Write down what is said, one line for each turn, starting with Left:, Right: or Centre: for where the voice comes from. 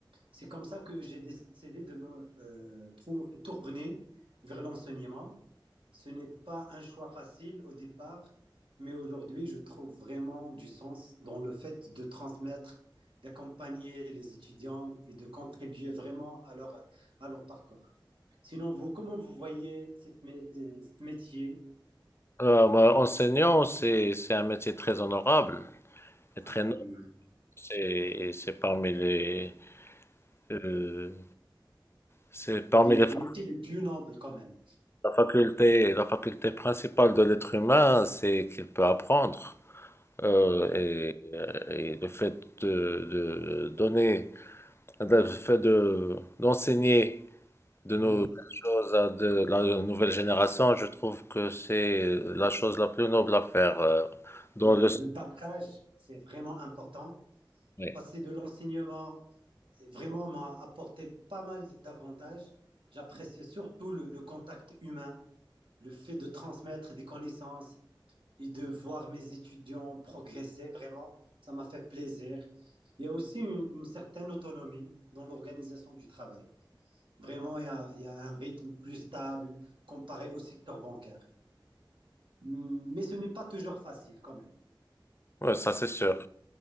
Right: C'est comme ça que j'ai décidé de me euh, trou- tourner vers l'enseignement. Ce n'est pas un choix facile au départ, mais aujourd'hui, je trouve vraiment du sens dans le fait de transmettre, d'accompagner les étudiants et de contribuer vraiment à leur, à leur parcours. Sinon, vous, comment vous voyez cette, mé- euh, ce métier?
Left: Euh, bah, enseignant, c'est c'est un métier très honorable et
Right: Ah
Left: très noble.
Right: oui,
Left: C'est c'est parmi les euh, c'est parmi
Right: les,
Left: les fa-
Right: les métiers les plus nobles quand même.
Left: la faculté la faculté principale de l'être humain, c'est qu'il peut apprendre. Euh, et, et le fait de, de donner, le fait de, d'enseigner de
Right: Oui,
Left: nouvelles choses à de la nouvelle génération, je trouve que c'est la chose la plus noble à faire euh, dans
Right: c'est vrai.
Left: le
Right: Le partage, c'est vraiment important.
Left: sommet.
Right: Passer de l'enseignement vraiment m'a apporté pas mal d'avantages. J'appréciais surtout le, le contact humain, le fait de transmettre des connaissances et de voir mes étudiants progresser, vraiment, ça m'a fait plaisir. Il y a aussi une, une certaine autonomie dans l'organisation du travail. Vraiment, il y, a, il y, a, un rythme plus stable comparé au secteur bancaire. Mais ce n'est pas toujours facile quand même.
Left: Ouais, ça c'est sûr.